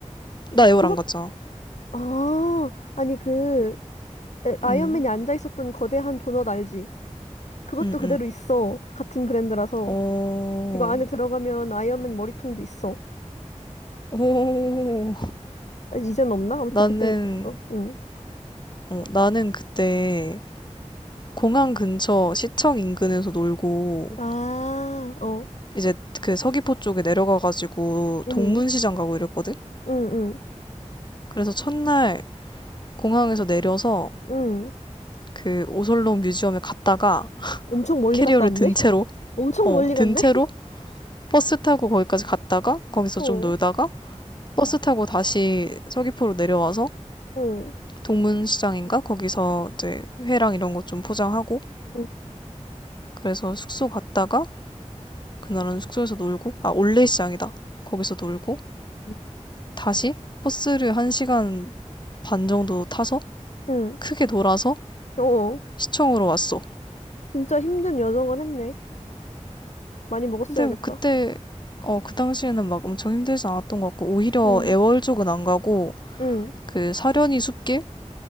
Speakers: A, on the left (about 35°); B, on the left (about 65°).
A: 나 에어안
B: 그거,
A: 갔잖아.
B: 아, 아니 그 에- 아이언맨이
A: 응,
B: 앉아 있었던 거대한 도넛 알지? 그것도
A: 응,
B: 그대로
A: 응.
B: 있어. 같은 브랜드라서.
A: 오,
B: 이거 안에 들어가면 아이언맨 머리통도 있어.
A: 오.
B: 아, 이젠 없나? 아무튼
A: 나는,
B: 그땐 있었어. 응.
A: 어, 나는 그때 공항 근처 시청 인근에서 놀고,
B: 아, 어.
A: 이제 그 서귀포 쪽에 내려가가지고
B: 응.
A: 동문시장 가고 이랬거든?
B: 응, 응,
A: 그래서 첫날 공항에서 내려서
B: 응.
A: 그 오설록 뮤지엄에 갔다가
B: 엄청 멀리
A: 캐리어를
B: 갔다 왔네?
A: 든 채로,
B: 엄청
A: 어,
B: 멀리 갔네?
A: 든 채로
B: <laughs>
A: 버스 타고 거기까지 갔다가 거기서
B: 어,
A: 좀 놀다가 버스 타고 다시 서귀포로 내려와서
B: 응,
A: 동문시장인가? 거기서 이제 회랑 이런 것 좀 포장하고
B: 응,
A: 그래서 숙소 갔다가 그날은 숙소에서 놀고 아 올레시장이다. 거기서 놀고
B: 응.
A: 다시 버스를 한시간반 정도 타서
B: 응.
A: 크게 돌아서
B: 어,
A: 시청으로 왔어.
B: 진짜 힘든 여정을 했네. 많이 먹었어야겠다.
A: 근데 뭐 그때 어 그 당시에는 막 엄청 힘들지 않았던 것 같고 오히려
B: 응,
A: 애월 쪽은 안 가고
B: 응.
A: 그 사려니 숲길